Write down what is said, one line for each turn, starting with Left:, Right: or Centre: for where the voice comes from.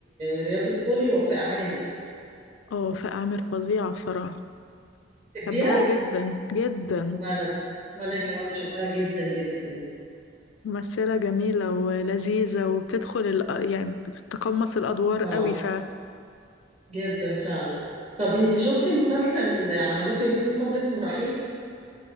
Right: رياض الخولي ووفاء عامر
Left: اه في اعمال فظيعة بصراحة
Right: بتحبيها
Left: بحبها جدا جدا
Right: وانا وانا كمان بحبها جدا جدا
Left: ممثلة جميلة ولذيذة وبتدخل ال... يعني بتتقمص الادوار
Right: اه
Left: قوي فعلا
Right: جدا فعلا طب انتي شفتي مسلسل عملته ياسمين صبري اسمه رحيل